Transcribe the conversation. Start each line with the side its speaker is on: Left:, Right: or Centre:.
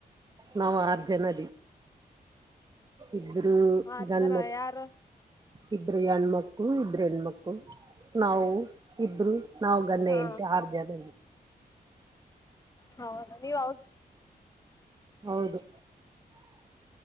Right: ನಾವ್ ಆರ್ ಜನ ಇಬ್ರು
Left: ಹತ್
Right: ಗಂಡ್ಮಕ್ಳು
Left: ಜನ ಯಾರು
Right: ಇಬ್ಬರು ಹೆಂಡ್ಮಕ್ಕಳು ಇಬ್ರು ಹೆಣ್ಮಕ್ಳು. ನಾವು ಇಬ್ರು ನಾವ್ ಗಂಡ
Left: ಹಾ
Right: ಆರು ಜನ.
Left: ಹೌದ ನೀವ್
Right: ಹೌದು.